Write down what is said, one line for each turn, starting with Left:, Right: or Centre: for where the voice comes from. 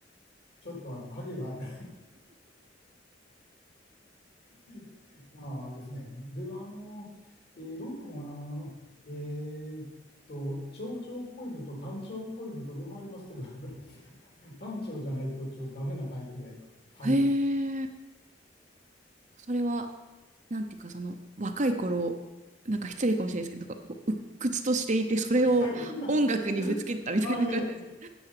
Left: ちょっとあの、影がある <laughs> まあ、あれですね。でも、あの、えーロックも、あの、えーっと、長調っぽいのと短調っぽいのと両方ありますけど、やっぱり短調じゃないとちょっとダメなタイプで。はい。
Right: へえ。それは、なんていうか、その、若い頃、なんか失礼かもしれないですけど、なんかこう、鬱屈としていて、それを音楽にぶつけたみたいな感じなんですか
Left: <laughs> はい、いやいや。あ、いやいや。